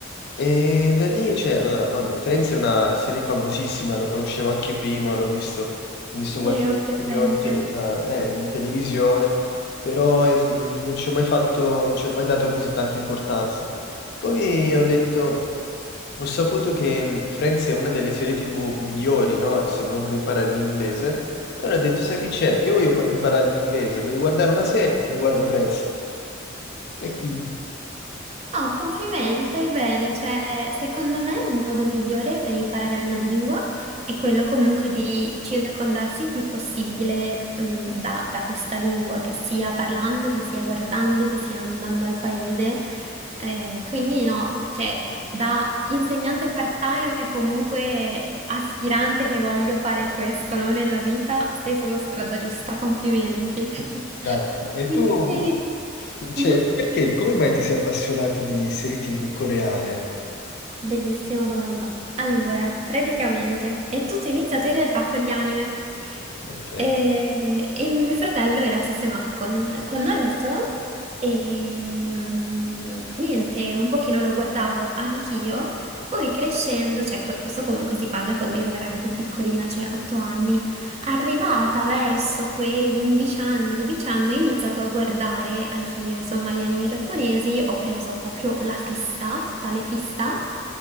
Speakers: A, on the left; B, on the right.
A: E da lì c'è, allora, vabbè, Friends è una serie famosissima, lo conoscevo anche prima, l'ho visto, ho visto qualche
B: Io ho
A: episodio
B: presente.
A: in, tele- eh, eh, in televisione, però eh, non ci ho mai fatto, non ci ho mai dato così tanta importanza. Poi ho detto... Ho saputo che mh, Friends è una delle serie TV migliori, no? Se uno vuole imparare l'inglese. Allora ho detto, sai che c'è? Io voglio pa- imparare l'inglese, voglio guardare una serie, mi guardo Friends. E quindi,
B: Ah, oh, complimenti, fai bene. Cioè, secondo me il modo migliore per imparare una lingua è quello comunque di circondarsi il più possibile, mm, da, da questa lingua, che sia parlando, che sia guardando, che sia andando al paese. Eh, quindi no, cioè, da insegnante part-time e comunque aspirante che voglio fare questo, no, nella vita, sei sulla strada giusta, complimenti. <laughs>
A: grazie. E tu, mh,
B: E-
A: cioè,
B: Mhm.
A: perché, come mai ti sei appassionato di serie TV coreane?
B: Bellissima domanda. Allora, praticamente è tutto iniziato in realtà con gli anime.
A: Ok.
B: E, e mio fratello era ossessionato con, con Naruto e mm, niente, un pochino lo guardavo anch'io. Poi crescendo, cioè que- questo comunque si parla quando ero veramente piccolina, cioè 8 anni, arrivata verso quegli 11 anni, 12 anni, ho iniziato a guardare anch'io, insomma, gli anime giapponesi, ho preso proprio la fissa, totale fissa.